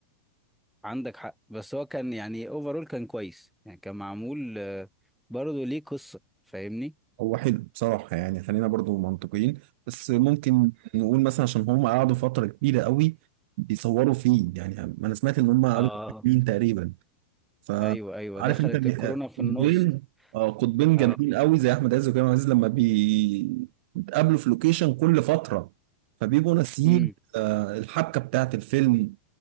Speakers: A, in the centre; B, on the right.
A: عندك حق بس هو كان يعني اوفرول كان كويس يعني كان معمول آه، برضه ليه قصة فاهمني
B: هو حلو بصراحة يعني خلينا برضو منطقيين بس ممكن نقول مثلا عشان هم قعدوا فترة كبيرة قوي بيصوروا فيه يعني أنا سمعت إن هم قعدوا
A: اه
B: سنين تقريبا فعارف
A: ايوه ايوه دخلت
B: أنت م-
A: الكورونا في
B: قطبين
A: النص
B: آه، قطبين
A: اه
B: جامدين قوي زي أحمد عز وكريم عبد العزيز لما بي- بيتقابلوا في لوكيشن كل فترة فبيبقوا ناسيين
A: امم
B: آه، الحبكة بتاعت الفيلم